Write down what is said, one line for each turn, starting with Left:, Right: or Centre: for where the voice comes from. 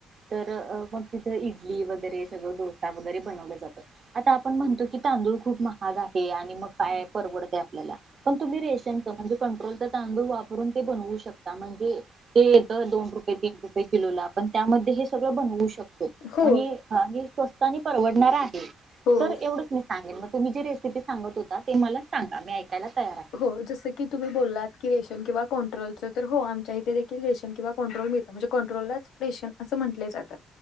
Right: तर मग तिथं इडली वगैरे, सगळ डोसा वगैरे, बनवल्या जातात. आता आपण म्हणतो की, तांदूळ खूप महाग आहे, आणि मग काय परवडतय, आपल्याला. पण तुम्ही रेशनच, म्हणजे कंट्रोलच तांदूळ वापरून, ते बनवू शकता, म्हणजे ते येत, दोन रुपये, तीन रुपये किलोला, पण त्यामध्ये हे सगळं बनवू शकतो,
Left: हो,
Right: अणि हां, हे स्वस्थ अनी परवडणार आहे,
Left: हो.
Right: तर एवढंच म सांगेन, म तुम्ही जी रेसिपी सांगत होता, ते मला सांगा मी ऐ कायला, तयार ये.
Left: हो, जसं क की तुम्ही बोलात, की रेशम किंवा कंन्ट्रोलचं, तर हो आमच्या इथे देखील रेशम किंवा कंट्रोल मिळता, म्हणजे कंट्रोललाच रेशन अस म्हंटले जातात.